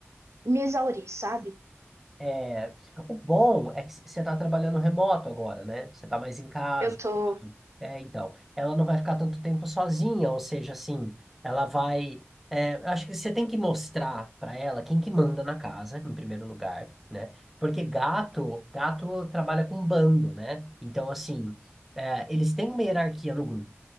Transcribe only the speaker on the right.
me exaurir, sabe?
Eu tô.